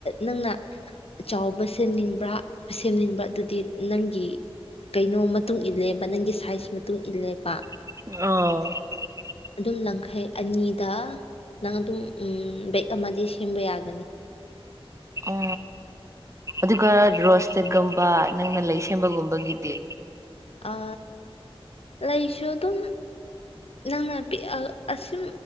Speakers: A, on the left (about 70°); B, on the right (about 30°).
A: ꯅꯪꯅ ꯆꯥꯎꯕ ꯁꯦꯝꯅꯤꯡꯕ꯭ꯔꯥ ꯁꯦꯝꯅꯤꯡꯕ ꯑꯗꯨꯗꯤ ꯅꯪꯒꯤ ꯀꯩꯅꯣ ꯃꯇꯨꯡ ꯏꯜꯂꯦꯕ ꯅꯪꯒꯤ ꯁꯥꯏꯖ ꯃꯇꯨꯡ ꯏꯜꯂꯦꯕ
B: ꯑ
A: ꯑꯗꯨꯝ ꯌꯥꯡꯈꯩ ꯑꯅꯤꯗ ꯅꯪ ꯑꯗꯨꯝ ꯕꯦꯛ ꯑꯃꯗꯤ ꯁꯦꯝꯕ ꯌꯥꯒꯅꯤ
B: ꯎ ꯑꯗꯨꯒ ꯔꯣꯁꯇꯦꯠꯀꯨꯝꯕ ꯅꯪꯅ ꯂꯩ ꯁꯦꯝꯕꯒꯨꯝꯕꯒꯤꯗꯤ
A: ꯑ ꯂꯩꯥꯏꯁꯨ ꯑꯗꯨꯝ ꯅꯪꯅ ꯄ ꯑꯁꯨꯝ